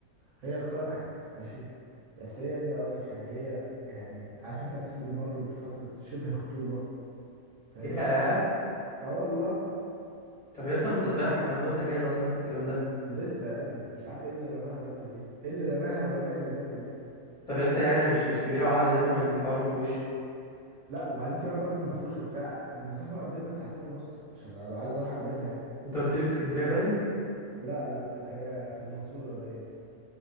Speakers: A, on the right; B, on the left.
A: هي اقتنعت ماشي بس هي يا ابني اقول لك حاجه هي يعني عارف انت الناس اللي مروا بفتره شبه خطوبه فاهمني
B: ياه
A: اه والله
B: طب يا اسطى ما انت صغير على الكلام ده وانت جاهز اصلا لسه الكلام ده
A: لسه يا ابني أنا مش عارف ايه اللي رماها الرمية دي ايه اللي رماها ورماني الرمية دي
B: طب يا اسطى يعني انا مش مش كبيره وعقله تفهم ان الحوار ما فيهوش
A: لا وبعدين سيبك بقى من مفروش وبتاع المسافة ما بيننا ساعتين ونص عشان لو عايز اروح اقابلها يعني
B: انت قلت لي في اسكندريه باين
A: لا لا هي في المنصورة باين